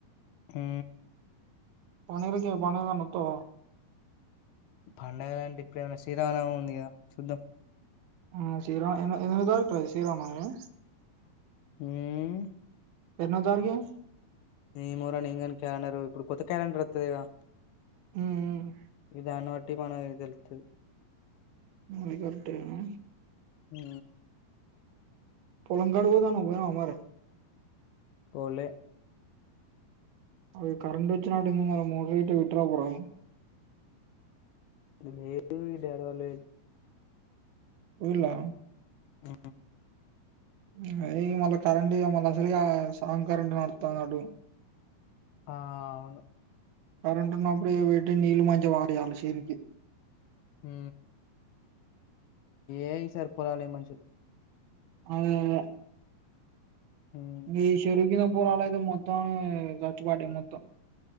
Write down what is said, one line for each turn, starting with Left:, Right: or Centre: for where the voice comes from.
Left: హూ
Right: పని రికి పని ఏ దను వత్తావ
Left: పండగలు అంటే ఇప్పుడ ఏమైనా శీరామనవమి ఉంది కదా చూద్దాం
Right: ఆ శ్రీ రామ ఏ ఎన్ని రోజులు రా ఈ శ్రీ రామనవనవమి
Left: హూ మ్
Right: ఎన్నోదారికి
Left: నేమో రా నేన్ కానీ క్యాలెండర్ ఇప్పుడు కొత్త క్యాలెండర్ వత్తది గా
Right: ఉ ఉమ్
Left: ఇదాను వట్టి మనది తెలుతుది
Right: మలి గట్టేనా
Left: ఆ
Right: పోలంగడు పోత అన్నావ్ పోయినవ ఆ మరి
Left: పోలేె
Right: అది కరెంట్ వచ్చినట్టు ఉంది ఇ మల మోట గిటర్ పెట్టి రా పో రా
Left: లేదు వి డ్యారా లే
Right: ఊర్లా
Left: ఆ
Right: ఇంగ అది మళ్ళ కరెంట్ ఇగ మళ్ళీ అసలుగా సగం కరెంట్ నడుతున్నాట్టు
Left: ఆ అవును
Right: కరెంటు ఉన్నప్పుడు ఇగ పెట్టి నీళ్ళు మంచిగా వారీ యాలి శనికి
Left: హూ ఏ గ్ సరిపోలాలే మనుషు
Right: అద దే
Left: ఉమ్
Right: ఇ చెరివు కింద పోలాలు అయితే మొత్తం చచ్చు పడ మొత్తం